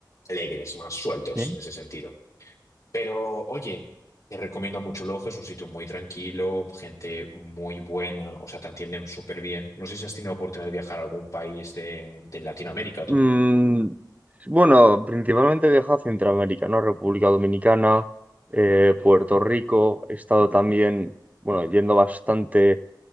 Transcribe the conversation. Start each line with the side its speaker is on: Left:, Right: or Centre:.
Left: alegres, más sueltos
Right: Sí.
Left: en ese sentido. Pero oye, te recomiendo mucho Loja, es un sitio muy tranquilo, gente muy buena, o sea, te atienden súper bien. No sé si has tenido oportunidad de viajar a algún país de, de Latinoamérica, tú.
Right: Mm, bueno, principalmente he viajado a Centroamérica, ¿no? República Dominicana, eh, Puerto Rico. He estado también, bueno, yendo bastante.